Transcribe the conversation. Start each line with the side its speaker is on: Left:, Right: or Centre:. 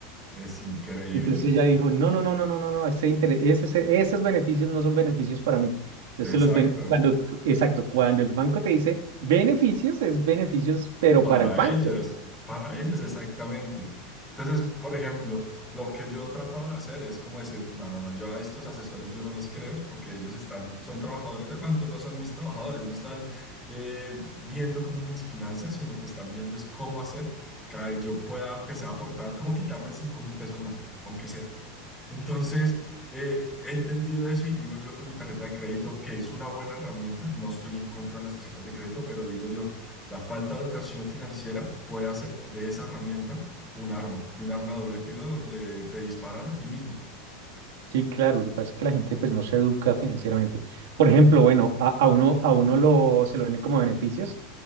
Centre: es increíble.
Right: Entonces ella dijo, no, no, no, no, no, no, no, ese interés ese- ese- esos beneficios no son beneficios para mí. Entonces
Centre: Exacto,
Right: los ben- cuando, exacto, cuando el banco te dice beneficios, es beneficios, pero
Centre: para
Right: para el banco.
Centre: ellos, para ellos exactamente. Entonces, por ejemplo, lo que yo he tratado de hacer es como decir, no, no, no, yo a estos asesores yo no les creo porque ellos están, son trabajadores del banco, no son mis trabajadores, no están eh, viendo como mis finanzas, sino que están viendo es cómo hacer que yo pueda, que sea aportar, cómo quitarme 5 mil pesos más, aunque sea. Entonces, eh, he entendido eso y digo yo con mi tarjeta de crédito que es una buena herramienta, no estoy en contra de las tarjetas de crédito, pero digo yo, la falta de educación financiera puede hacer de esa herramienta un arma y un arma de doble filo donde te disparas a ti mismo.
Right: Sí, claro, lo que pasa es que la gente pues no se educa financieramente. Por ejemplo, bueno, a, a uno, a uno lo, se lo ven como beneficios.